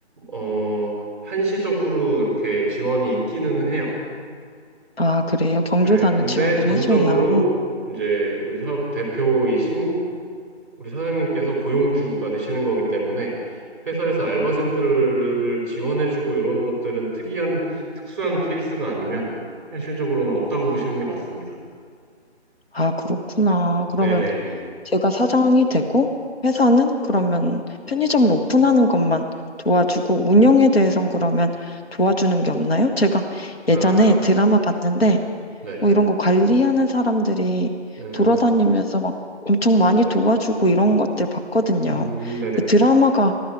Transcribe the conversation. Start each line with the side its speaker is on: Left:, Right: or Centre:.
Right: 어 한시적으로 이렇게 지원이 있기는 해요.
Left: 아, 그래요? 경조사는
Right: 예, 근데
Left: 지원을
Right: 전적으로
Left: 해줘야.
Right: 이제 우리 사업 대표이신 우리 사장님께서 고용주가 되시는 거기 때문에 회사에서 알바생들을 지원해주고 이런 것들은 특이한, 특수한 케이스가 아니면 현실적으로는 없다고 보시는 게 맞습니다.
Left: 아, 그렇구나. 그러면
Right: 네네.
Left: 제가 사장이 되고 회사는 그러면 편의점을 오픈하는 것만 도와주고 운영에 대해선 그러면 도와주는 게 없나요? 제가
Right: 아,
Left: 예전에 드라마 봤는데
Right: 네.
Left: 뭐 이런 거 관리하는 사람들이
Right: 음,
Left: 돌아다니면서 막 엄청 많이 도와주고 이런 것들 봤거든요.
Right: 음, 네네.
Left: 그 드라마가